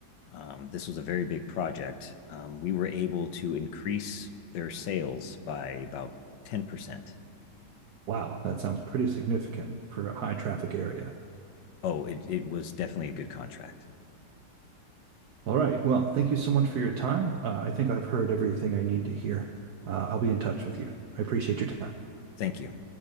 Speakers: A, on the left (about 85°); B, on the right (about 70°).
A: Um, this was a very big project. Um, we were able to increase their sales by about ten percent
B: wow, that sounds pretty significant for a high traffic area.
A: oh, it, it was definitely a good contract.
B: All right. Well, thank you so much for your time. Uh, I think I've heard everything I need to hear. Uh, I'll be in touch with you. I appreciate your time.
A: Thank you.